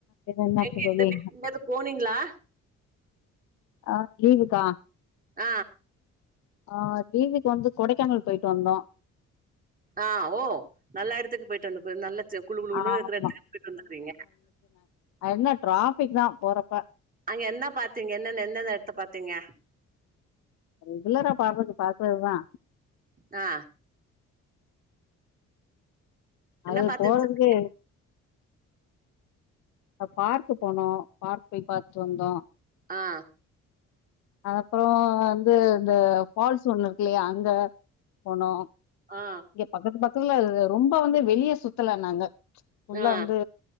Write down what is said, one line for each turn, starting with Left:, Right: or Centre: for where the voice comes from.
Left: வேற என்ன
Right: எங்க
Left: இருக்கு
Right: <unintelligible>
Left: தோழி
Right: எங்கயாது போனீங்களா
Left: ஆ லீவுக்கா
Right: ஆ
Left: ஆ லீவுக்கு வந்து கொடைக்கானல் போயிட்டு வந்தோ
Right: ஆ ஓ நல்ல எடத்துக்கு போயிட்டு வந்துக் நல்ல ஜ குளு குளுன்னு
Left: ஆமா
Right: இருக்க எடத்துக்கு போயிட்டு வந்துருக்குறீங்க
Left: அது என்ன டிராஃபிக் தான் போறப்ப
Right: அங்க என்னா பாத்தீங் என்னன்ன என் ன்னன்ன எடத்த பாத்தீங்க
Left: ரெகுலரா பாக்றது பாத்ததுதா
Right: ஆ என்ன
Left: அது
Right: பாத்தேன்னு
Left: போறதுக்கே
Right: சொல்
Left: பார்க்கு போனோ பார்க் போய் பாத்துட் வந்தோ
Right: ஆ
Left: அது அப்ற ந்து இந்த ஃபால்ஸ் ஒண்ணு இருக்கு இல்லியா அங்க போனோ
Right: ஆ
Left: இங்க பக்கத்து பக்கத்துல ரொம்ப வந்து வெளிய சுத்தல நாங்க ஃபுல்லா
Right: ஆ
Left: வந்து